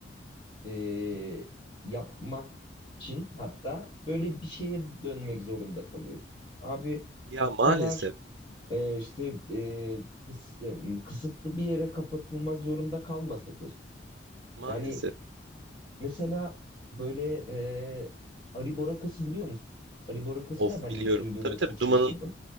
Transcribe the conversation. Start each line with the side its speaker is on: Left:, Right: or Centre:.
Left: e, yapmak için hatta böyle
Right: Hı,
Left: bir şeye dönmek zorunda kalıyorsun. Abi
Right: Ya
Left: bu kadar
Right: maalesef,
Left: e, işte e, kıs- e, kısıtlı bir yere kapatılmak zorunda kalmasa keşke.
Right: maalesef.
Left: Yani Mesela böyle e, Ari Borakası biliyor musun? Ari Borakası
Right: Of
Left: da ben
Right: biliyorum.
Left: ilk duyduğumda
Right: Tabii tabii
Left: çok şaşırdım.
Right: Duman'ın,